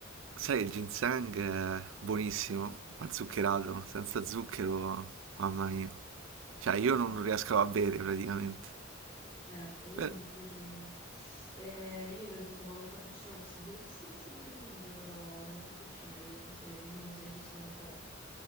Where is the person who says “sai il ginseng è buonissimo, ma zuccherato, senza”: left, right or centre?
Right